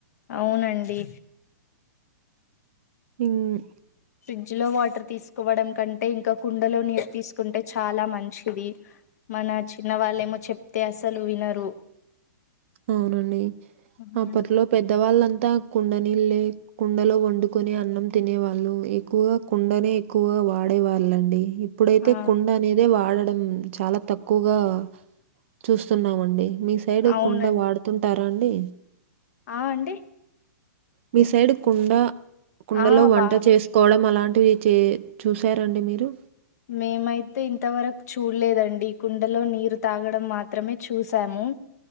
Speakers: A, on the left; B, on the right.
A: అవునండి
B: ఇన్
A: ఫ్రిడ్జ్ లో వాటర్ తీసుకోవడం కంటే ఇంకా కుండలో నీరు తీసుకుంటే చాలా మంచిది. మన చిన్న వాళ్ళేమో చెప్తే అసలు వినరు
B: అవునండి
A: ఆహా.
B: అప్పట్లో పెద్దవాళ్ళంతా కుండ నీళ్లే కుండలో వండుకొనే అన్నం తినే వాళ్ళు ఎక్కువగా కుండనే ఎక్కువగా వాడే వాళ్ళండి ఇప్ ఇప్పుడైతే
A: ఆ
B: కుండ అనేదే వాడడం చాలా తక్కువగా చూస్తున్నామండి మీ సైడు
A: అవునం
B: వాడుతుంటారా అండి
A: ఆ అండి.
B: మీ సైడ్ కుండ కుండలో
A: ఆ
B: వంట
A: వా
B: చేస్ కోడం అలాంటివి చే చూసారండి మీరు?
A: మేమైతే ఇంతవరకు చూడలేదండి, కుండలో నీరు తాగడం మాత్రమే చూసాము.